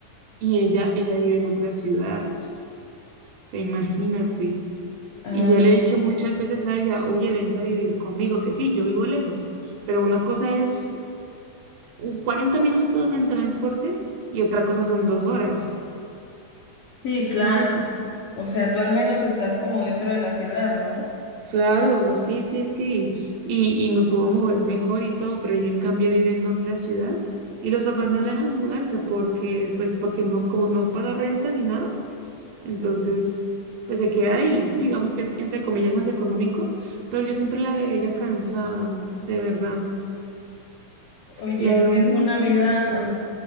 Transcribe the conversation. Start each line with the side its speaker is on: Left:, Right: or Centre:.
Right: Y ella, ella vive en otra ciudad. O sea, imagínate.
Left: Ah,
Right: Y yo le
Left: sí.
Right: he dicho muchas veces a ella, oye, vente a vivir conmigo, que sí, yo vivo lejos. Pero una cosa es un 40 minutos en transporte y otra cosa son dos horas.
Left: Sí, claro.
Right: ¿Sí me hago
Left: O sea, tú al menos estás como dentro de la ciudad, ¿no?
Right: Claro, sí, sí, sí. Y, y me puedo mover mejor y todo, pero yo en cambio vivo en otra ciudad y los papás no la dejan mudarse porque, pues, porque no, como no paga renta ni nada, entonces, pues se queda ahí. Sí, digamos que es entre comillas más económico, pero yo siempre la veo ella cansada, de verdad.
Left: Oye,
Right: La
Left: es
Right: veo
Left: que
Right: muy,
Left: es una
Right: muy
Left: vida,
Right: cansada.